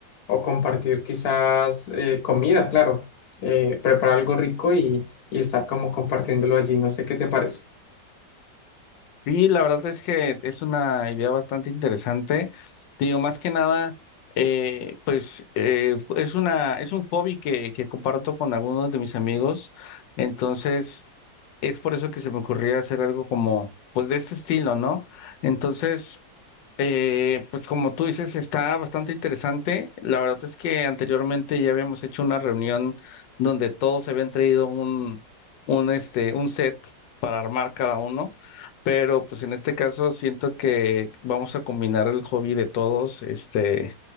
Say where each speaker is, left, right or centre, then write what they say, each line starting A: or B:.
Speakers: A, on the left; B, on the left.
A: o compartir quizás eh, comida, claro, eh, preparar algo rico y, y estar como compartiéndolo allí, no sé qué te parece.
B: Sí, la verdad es que es una idea bastante interesante. Digo, más que nada, eh, pues eh, es una, es un hobby que, que comparto con algunos de mis amigos. Entonces, es por eso que se me ocurría hacer algo como, pues de este estilo, ¿no? Entonces, eh, pues como tú dices, está bastante interesante. La verdad es que anteriormente ya habíamos hecho una reunión donde todos se habían traído un, un, este, un set para armar cada uno. Pero pues en este caso siento que vamos a combinar el hobby de todos, este,